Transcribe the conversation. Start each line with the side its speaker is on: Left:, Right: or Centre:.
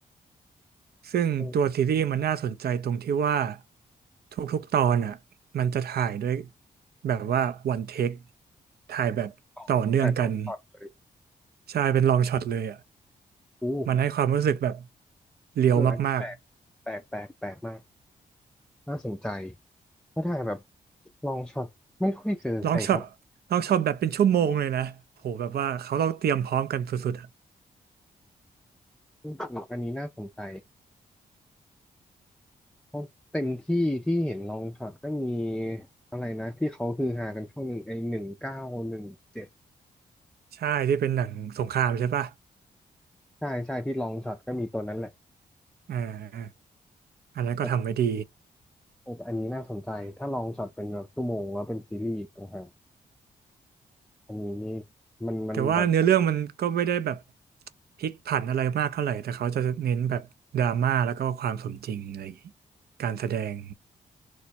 Right: ซึ่งตัวซีรีส์มันน่าสนใจตรงที่ว่า
Centre: อืม
Right: ทุกๆตอนอ่ะมันจะถ่ายด้วยแบบว่าวันเทคถ่ายแบบต่อเนื่องกัน
Centre: ไลอนช็อตเลย
Right: ใช่เป็นลองช็อตเลยอ่ะ
Centre: อู้
Right: มันให้ความรู้สึกแบบเรียวมาก
Centre: เอออันนี้แปลกแปลกแปลกแปลกมากน่าสนใจเพราะถ่ายแบบลองช็อตไม่ค่อยเจอใครเขา
Right: ๆลองช็อตลองช็อตแบบเป็นชั่วโมงเลยนะโหแบบว่าเขาต้องเตรียมพร้อมกันสุดๆอ่ะ
Centre: อืมอันนี้น่าสนใจเพราะเต็มที่ที่เห็นลองช็อตก็มีอะไรนะที่เขาฮือฮากันช่วงหนึ่งไอ้หนึ่งเก้าหนึ่งเจ็ด
Right: ใช่ที่เป็นหนังสงครามใช่ปะ
Centre: ใช่ใช่ที่ลองช็อตก็มีตัวนั้นแหละ
Right: อ่าอันนั้นก็ทำไว้ดี
Centre: แต่ตอนเออแต่อันนี้น่าสนใจถ้าลองช็อตเป็นแบบชั่วโมงแล้วเป็นซีรีส์ต่างหาก อันนี้นี่มันมันแบบ
Right: แต่ว่าเนื้อเรื่องมันก็ไม่ได้แบบพลิกผันอะไรมากเท่าไหร่แต่เขาจะเน้นแบบดราม่าแล้วก็ความสมจริงอะไรอย่างงี้การแสดง